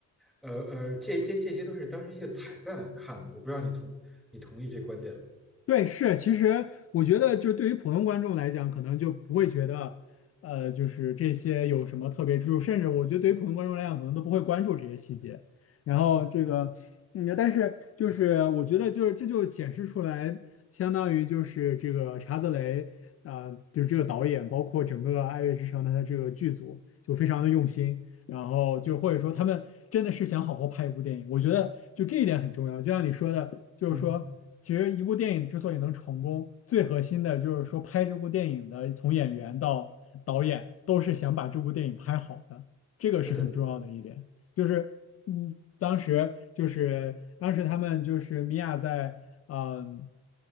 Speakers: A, in the centre; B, on the left.
A: 呃呃，这这这些都是当成一个彩蛋看的。我不知道你同你同意这观点吗？
B: 对，是，其实我觉得，就对于普通观众来讲，可能就不会觉得，呃，就是这些有什么特别之处，甚至我觉得对于普通观众来讲，可能都不会关注这些细节。然后这个，嗯，但是就是我觉得就，是这就显示出来，相当于就是这个查泽雷，啊、就这个导演，包括整个《爱乐之城》他的这个剧组，就非常的用心。然后就或者说他们真的是想好好拍一部电影，我觉得就这一点很重要。就像你说的，就是说，
A: 嗯，
B: 其实一部电影之所以能成功，最核心的就是说拍这部电影的从演员到导演都是想把这部电影拍好的，这个是很重要的一点。
A: 是的，
B: 就是嗯，当时就是当时他们就是米娅在嗯